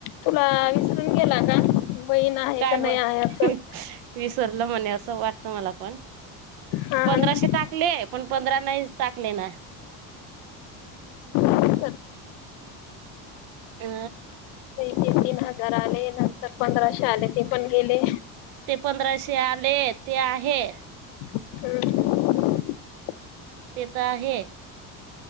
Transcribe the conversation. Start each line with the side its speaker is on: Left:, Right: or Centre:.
Left: तुला विसरून गेला का? बहीण आहे
Right: काय
Left: का नाही
Right: माहित,
Left: आहे असं
Right: विसरलं म्हणे असं वाट त तुम्हाला पण,
Left: हा
Right: पंधराशे
Left: ना
Right: टाकले, पण पंधरा नाहीच टाकले ना.
Left: <unintelligible> मला
Right: अ
Left: तीन हजार आले, नंतर पंधराशे आले, ते पण गेले.
Right: ते पंधराशे आले ते आहे.
Left: हम्म हम्म.
Right: ते त आहे.